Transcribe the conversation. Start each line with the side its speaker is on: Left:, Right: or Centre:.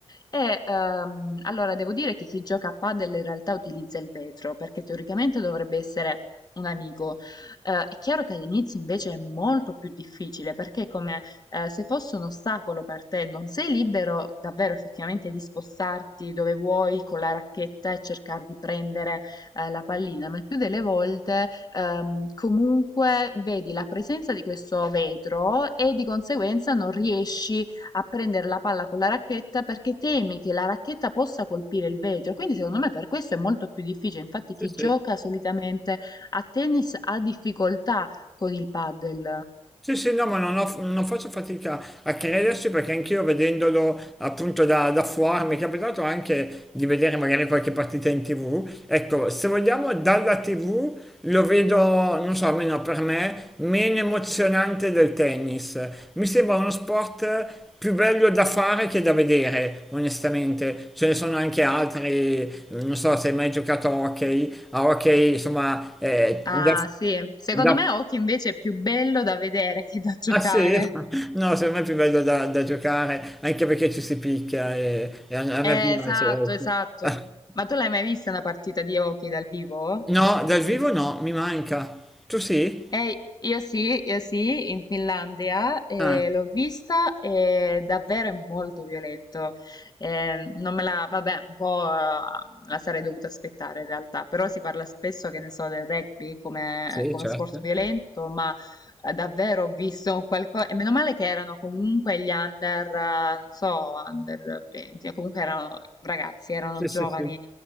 Left: E ehm, allora devo dire che chi gioca a padel in realtà utilizza il vetro, perché teoricamente dovrebbe essere un amico. Eh, è chiaro che all'inizio invece è molto più difficile, perché come eh, se fosse un ostacolo per te, non sei libero davvero effettivamente di spostarti dove vuoi con la racchetta e cercare di prendere eh, la pallina, ma il più delle volte ehm, comunque vedi la presenza di questo vetro e di conseguenza non riesci a prendere la palla con la racchetta perché temi che la racchetta possa colpire il vetro. Quindi secondo me per questo è molto più difficile. Infatti
Centre: sì,
Left: chi
Centre: sì.
Left: gioca solitamente a tennis ha difficoltà con il paddle.
Centre: Sì, sì, no, ma non, ho- non faccio fatica a crederci perché anch'io vedendolo appunto da, da fuori mi è capitato anche di vedere magari qualche partita in TV. Ecco, se vogliamo dalla TV lo vedo, non so, almeno per me, meno emozionante del tennis. Mi sembra uno sport più bello da fare che da vedere, onestamente. Ce ne sono anche altri, non so se hai mai giocato a hockey, a hockey, insomma, eh,
Left: Ah,
Centre: da...
Left: sì. Secondo
Centre: Da
Left: me Hockey invece è più bello da vedere che da giocare.
Centre: Ah sì? <laughs> No, secondo me è più bello da, da giocare, anche perché ci si picchia e, e a, a
Left: Eh,
Centre: me piace,
Left: esatto,
Centre: ecco.
Left: esatto.
Centre: <laughs>
Left: Ma tu l'hai mai vista una partita di Hockey dal vivo?
Centre: No, dal vivo no, mi manca. Tu sì?
Left: Eh, io sì, io sì, in Finlandia eh,
Centre: Ah,
Left: l'ho vista e davvero è molto violento. Eh, non me la, vabbè, un po' eh, me la sarei dovuta aspettare in realtà, però si parla spesso, che ne so, del rugby come,
Centre: sì,
Left: come
Centre: certo.
Left: sport violento, ma eh, davvero ho visto qualcosa, e meno male che erano comunque gli under, eh, non so, under 20, comunque erano ragazzi, erano
Centre: Sì,
Left: giovani
Centre: sì, sì.